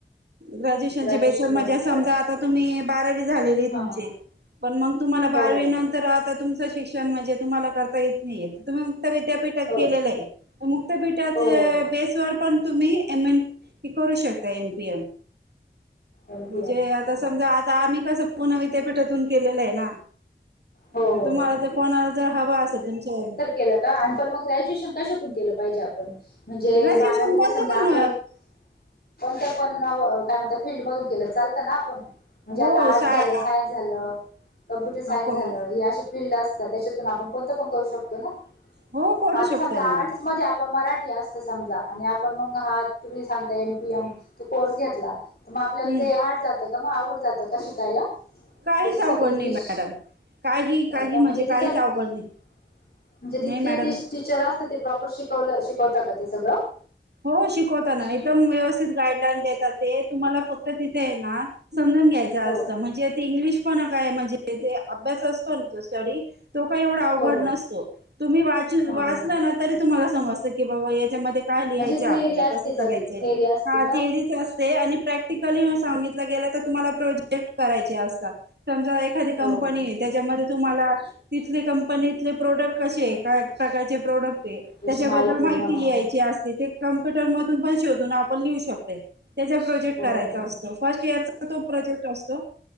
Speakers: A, on the right; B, on the left.
A: ग्रॅज्युएशनच्या
B: ग्रॅज्युएशन
A: बेसवर म्हणजे,
B: झालेलं
A: समजा
B: पाहिजे
A: आता तुम्ही बारावी झालेली आहे
B: हां
A: तुमची
B: हां
A: पण मग तुम्हाला
B: हो
A: बारवी
B: हो
A: नंतर
B: हो
A: आता तुम्ही शिक्षण म्हणजे तुम्हाला करता येत नाहीये, तुम्ही मुक्तविद्यापीठात
B: हो
A: केलेलंय मुक्तपीठाचे
B: हो हो हो
A: बेसवर पण तुम्ही एम ए क करू शकता एमपीएम.
B: एम
A: म्हणजे
B: पी एम
A: आता
B: हां हां
A: समजा
B: हां
A: आता आम्ही कसं पुना विद्यापीठातून केलेलं आहे ना.
B: हो
A: आता
B: हो
A: तुम्हाला
B: हो
A: जर कोणाला जर हव असेल तुमचं
B: केला का? आणि पण मग ग्रॅज्युएशन कशातून केलं पाहिजे आपण? म्हणजे
A: ग्रॅज्युएशन
B: बारावीला
A: कोणतं
B: समजा
A: पण
B: अकरावी, <inaudible> कोणत्या पण काय म्हणता? फील्ड मधून केलं चालतं ना पण? म्हणजे
A: हो
B: आता आर्ट्स
A: साय
B: झाले सायन्स झाले कॉम्प्युटर सायन्स
A: हो कोमल
B: झालं हे असे फील्ड असतात. त्याच्यातून आपण कोणतं पण करू शकतो ना.
A: हो करू
B: म आता
A: शकता
B: समजा
A: ना
B: आर्ट्स
A: मॅडम
B: मध्ये आपण मराठी असते समजा. आणि आपण मग हा तुम्ही सांगता एम पी एम तो कोर्स घेतला तरं मंग आपल्यांला
A: हम्म
B: ते हार्ड जातं कां मंग आवघडं जातं कां शिकांयला त्यांच्यासाठी
A: काहीच अवघड
B: इंग्लिश
A: नाही मॅडम काही
B: नाहीं
A: काही
B: कां म्हणजे
A: काहीच
B: तिथं
A: अवघड नाही
B: तिथले
A: नाही मॅडम
B: ते टीचर असं ते प्रॉपर शिव शिकवतां कां ते सगळं
A: हो शिकवतांना एकदंम व्यवस्थित गाईडलाईन देतांत ते तुम्हांला फक्तं तिथे आहे नां समजूंन घ्यायचं
B: हो
A: असतं म्हणजे ते इंग्लिश पणं कायं म्हणजे ते अभ्यास असं तो कांहीं एवढां
B: हो
A: अवघडं
B: हो
A: नतो तुम्हीं वाचलं
B: हा हा
A: तरी तुम्हांला समजतं की बाबां यांच्यामध्ये कायं लिहायचं
B: म्हणजे थेअरी
A: आपल्याला
B: असते
A: कसं
B: सगळी
A: करायचंय
B: थेअरी असते
A: हां ते
B: का
A: तीस दिवसं असते आणि पार्टिकली सांगितले गेले तरं तुम्हांला प्रोजेक्ट करांयचे असतांत समजां घरी कंपनीते
B: हो हो
A: येतं त्यांच्यामध्ये तुम्हांला तिथले कंपनीतले प्रोडक्ट कसे आहे कायं प्रकारचें प्रोडक्ट आहे
B: त्याची
A: त्यांच्याबद्दल माहिती
B: हा हो
A: लिहांयची असते ते कम्प्युटर मधूंन पणं शोधूंन आपणं लिहूं शकतंय त्यांचा प्रोजेक्ट करांयचा
B: हो
A: असतो फर्स्ट इयर चां तो प्रोजेक्ट असतो